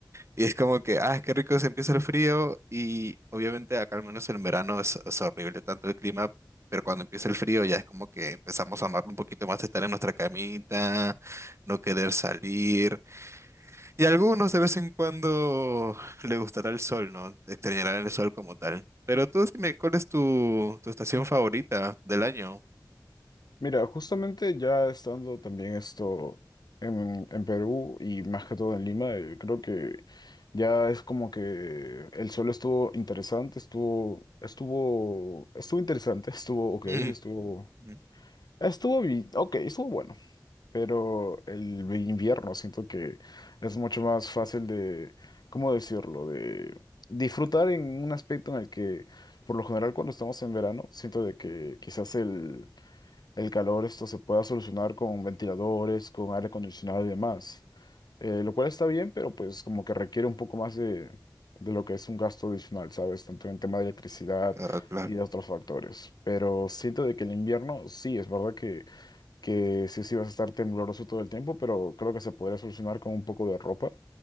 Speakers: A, on the right; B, on the left.
A: Y es como que, ah, qué rico se empieza el frío y obviamente acá al menos en verano es, es horrible tanto el clima, pero cuando empieza el frío ya es como que empezamos a amar un poquito más estar en nuestra camita, no querer salir. Y a algunos de vez en cuando le gustará el sol, ¿no? Extrañarán el sol como tal. Pero tú dime, ¿cuál es tu, tu estación favorita del año?
B: Mira, justamente ya estando también esto en, en Perú y más que todo en Lima, eh, creo que ya es como que el suelo estuvo interesante, estuvo, estuvo, estuvo interesante, <laughs> estuvo ok,
A: <laughs>
B: estuvo,
A: Mm. Ujú.
B: estuvo bi- ok, estuvo bueno, pero el invierno siento que es mucho más fácil de, ¿cómo decirlo? De disfrutar en un aspecto en el que, por lo general, cuando estamos en verano, siento de que quizás el el calor esto se pueda solucionar con ventiladores, con aire acondicionado y demás. Eh, lo cual está bien, pero pues como que requiere un poco más de, de lo que es un gasto adicional, ¿sabes? Tanto en tema de electricidad
A: Ah, claro.
B: y de otros factores. Pero siento de que el invierno, sí, es verdad que, que sí, sí vas a estar tembloroso todo el tiempo, pero creo que se podría solucionar con un poco de ropa.